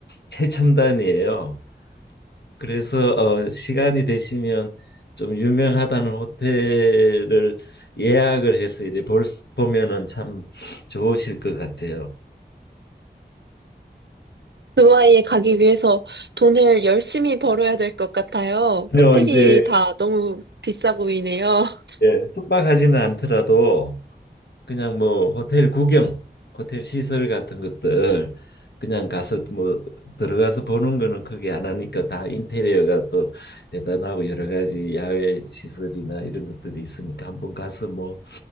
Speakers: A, on the left (about 70°); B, on the right (about 80°).
A: 최첨단이에요. 그래서 어, 시간이 되시면 좀 유명하다는 호텔을 예약을 해서 이제 볼, 수- 보면은 참 좋으실 것 같아요.
B: 두바이에 가기 위해서 돈을 열심히 벌어야 될 것 같아요.
A: 그요
B: 호텔이
A: 이제
B: 다 너무 비싸 보이네요. <laughs>
A: 예, 숙박하지는 않더라도 그냥 뭐 호텔 구경, 호텔 시설 같은 것들 그냥 가서 뭐 들어가서 보는 거는 크게 안 하니까 다 인테리어가 또 대단하고 여러 가지 야외 시설이나 이런 것들이 있으니까 한번 가서 뭐